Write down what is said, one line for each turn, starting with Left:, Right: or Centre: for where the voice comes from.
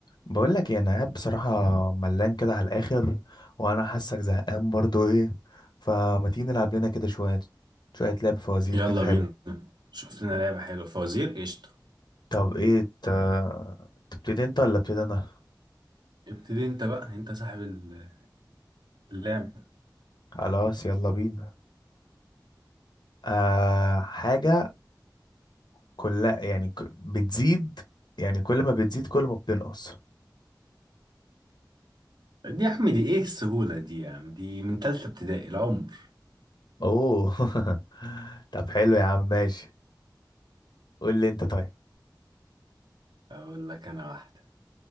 Left: بقول لك ايه انا قاعد بصراحه ملان كده على الاخر وانا حاسك زهقان برضو ايه فما تيجي نلعب لنا كده شويه شويه لعب فوازير
Right: يلا
Left: كده حلو
Right: بينا شفت لنا لعبة حلوة فوازير قشطة
Left: طب ايه ت... تبتدي انت ولا ابتدي انا
Right: ابتدي انت بقى انت صاحب ال- اللعبة
Left: خلاص يلا بينا آه حاجه كلها يعني ك- بتزيد يعني كل ما بتزيد كل ما بتنقص
Right: دي يا عم دي ايه السهولة دي يا عم دي من تالتة ابتدائي العمر
Left: اوه <laughs> طب حلو يا عم ماشي قول لي انت طيب
Right: اقول لك انا واحدة